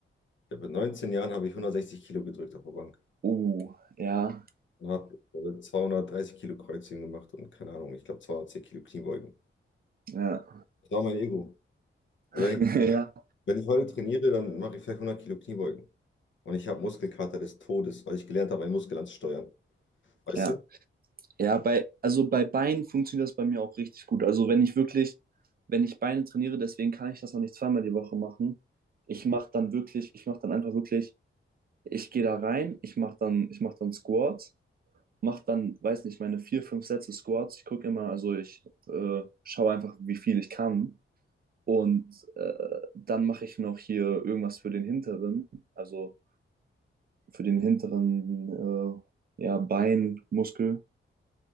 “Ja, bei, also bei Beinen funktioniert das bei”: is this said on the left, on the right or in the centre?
Right